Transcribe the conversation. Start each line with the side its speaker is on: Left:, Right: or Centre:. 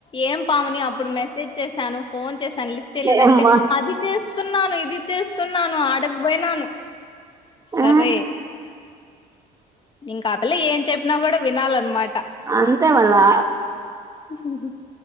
Left: ఏం పావని అప్పుడు మెసేజ్ చేశాను ఫోన్ చేస్ సాన్ లిఫ్ట్ చేయలేదంటే
Right: ఏమ్మా
Left: అది చేస్తున్నాను ఇది చేస్తున్నాను ఆడక్ పోయినాను సరే
Right: ఆ
Left: ఇంకా ఆ పిల్ల ఏం చెప్పినా కూడా వినాలన్నమాట
Right: అంతే మళ్లా
Left: ఉమ్ హ్ హ్